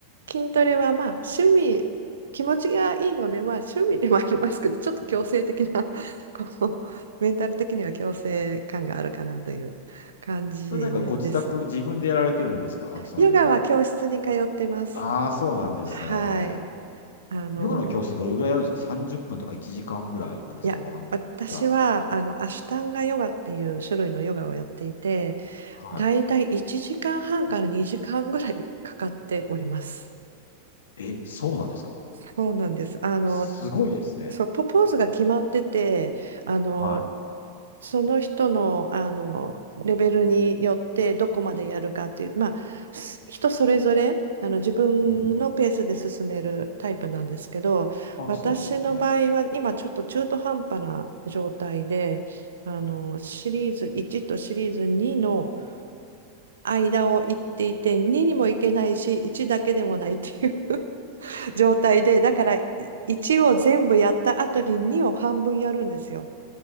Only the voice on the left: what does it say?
うん
それなんかご自宅自分でやられてるんですかそのヨガは。
ああ、そうなんですね。
ヨガの教室ってどれぐらいやるんですか ?30 分とか1時間ぐらいなんですかワンクラス。
は
い。え、そうなんですか
すごいですね。
は
い。うん。あ、そうなんですね。